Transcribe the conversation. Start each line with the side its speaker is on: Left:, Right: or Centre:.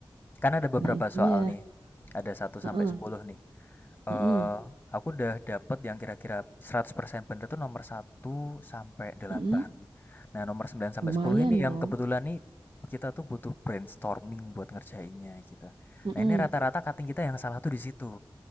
Left: Karena ada beberapa
Right: Nah
Left: soal
Right: iya.
Left: nih, ada satu sampai
Right: Heeh,
Left: sepuluh nih. eh
Right: heeh,
Left: aku udah dapet yang kira-kira 100% bener tuh nomor satu sampai delapan.
Right: heeh.
Left: Nah, nomor 9 sampai
Right: Lumayan
Left: 10 ini
Right: dong.
Left: yang kebetulan nih kita tuh butuh brainstorming buat ngerjainnya gitu.
Right: Heeh.
Left: Nah, ini rata-rata cutting kita yang salah tuh di situ.